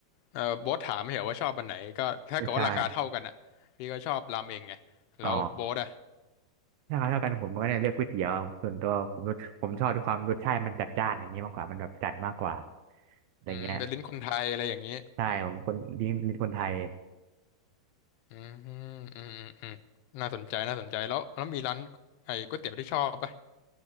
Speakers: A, on the left; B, on the right.
A: เอ่อโบ๊ทถามไม่เหรอว่าชอบอันไหนก็ถ้าเกิดว่าราคาเท่ากันอ่ะพี่ก็ชอบราเมงไงแล้วโบ๊ทอ่ะ
B: ไม่ใช่อ๋อถ้าเท่ากันผมก็เนี่ยเลือกก๋วยเตี๋ยวส่วนตัวผมรสผมชอบด้วยความรสชาติมันจัดจ้านอย่างเงี้ยมากกว่ามันแบบจัดมากกว่าอะไรเงี้ย
A: อืมเป็นลิ้นคนไทยอะไรอย่างนี้
B: ใช่ผมคนดีเป็นคนไทย
A: อืมอืมอืมอืมน่าสนใจ น่าสนใจแล้ว แล้วมีร้านไอ้ก๋วยเตี๋ยวที่ชอบปะ